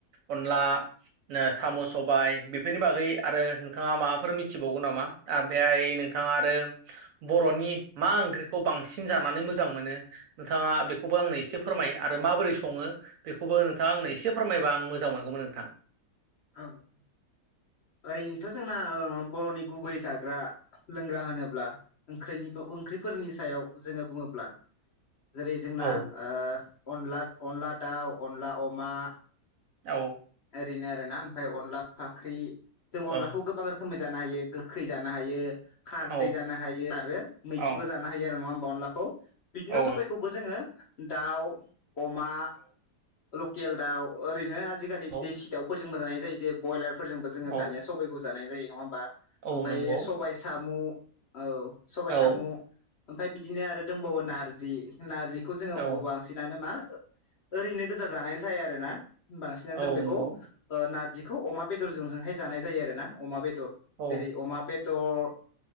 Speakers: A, on the right (about 70°); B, on the left (about 55°).
A: अनला साम' सबाय बेफोरनि बागै आरो नोंथांङा माबाफोर मिथिबावगो नामा? <unintelligible> नोंथांङा आरो बर'नि मा ओंख्रिखौ बांसिन जानानै मोजां मोनो नोंथांङा बेखौबो आंनो एसे फोरमाय आ माबोरै संङो बेखौबो नोंथाङा आंनो एसे फोरमायबा आं मोजां मोनगौमोन नोंथां
B: औ ओरैनोथ' जोंना बर'नि गुबै जाग्रा लोंग्रा होनोब्ला ओंख्रैनि ओंख्रिफोरनि सायाव जोंङो बुंङोब्ला। जेरै जोंना
A: औ
B: ओ अनला अनला दाउ अनला अमा
A: औ
B: ओरैनो आरो ना ओमफाय अनला फाख्रि जों
A: ओं
B: अनलाखौ गोबां रोखो गोखोमै जानो हायो गोखै जानो हायो खारदै
A: औ
B: जानो हायो आरो मैखिबो
A: औ
B: जानो हमनो हायो नंङा होनबा अनलाखौ बिदिनो
A: औ
B: सबबायखौबो जोंङो दाउ अमा लकेल दाउ ओरैनो आजिखालि
A: औ
B: देसि दाउफोर जोंबो जानाय जायो जे ब्रयलार फोरजोंबो जो
A: औ
B: दानिया सबायखौ जानाय जायो नंङा होमबा ओमफाय
A: औ नंगौ
B: सबाय साम' औ सबायाइ
A: औ
B: साम' ओमफाय बिदिनो आरो दंबावो नारजि नारजिखौ जोंङो
A: औ
B: अ बांसिनानो मा ओरैनो गोजा जानाय जाया आरो ना बांसिनानो जों
A: औ
B: बेखौ
A: नंगौ
B: ओ नारजिखौ अमा बेदरजों जों जानाय जायो आरोना अमा बेदर
A: औ
B: जेरै अमा बेदर